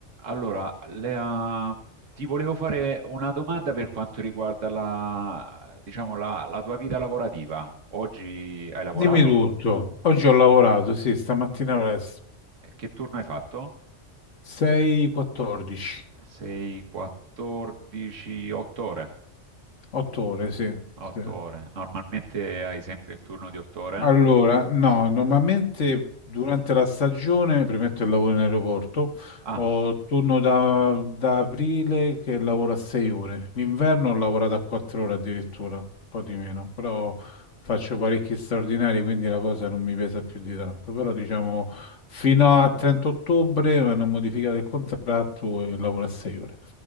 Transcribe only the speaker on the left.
Dimmi tutto. Oggi ho lavorato, sì, stamattina presto.
6:14,
8 ore, sì, sì.
Allora, no, normalmente durante la stagione, premetto il lavoro in aeroporto,
ho turno da, da aprile che lavoro a 6 ore. L'inverno ho lavorato a 4 ore addirittura, un po' di meno, però faccio parecchi straordinari, quindi la cosa non mi pesa più di tanto. Però diciamo fino a 30 ottobre mi hanno modificato il contratto e lavoro a 6 ore.